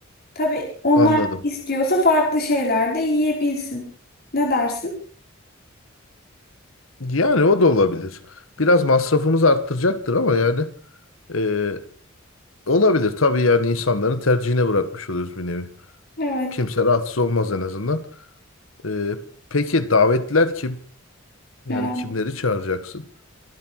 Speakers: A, on the left; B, on the left.
A: Tabii onlar
B: anladım.
A: istiyorsa farklı şeyler de yiyebilsin. Ne dersin?
B: Yani o da olabilir. Biraz masrafımızı arttıracaktır ama yani e, olabilir. Tabii yani insanların tercihine bırakmış oluyoruz bir nevi.
A: Evet.
B: Kimse rahatsız olmaz en azından. E, peki davetler kim? Yani
A: Yani
B: kimleri çağıracaksın?